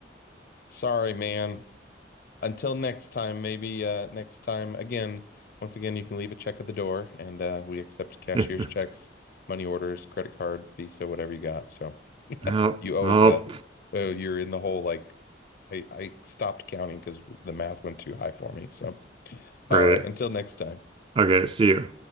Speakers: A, on the left; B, on the right.
A: Sorry, man. Until next time, maybe uh, next time, again, once again, you can leave a check at the door and uh, we accept cashier's
B: <laughs>
A: checks, money orders, credit card, Visa, whatever you got. So
B: Oh,
A: you owe
B: oh,
A: us a, oh, you're in the whole like, I, I stopped counting because the math went too high for me. So,
B: great.
A: all right, until next time.
B: Okay, see you.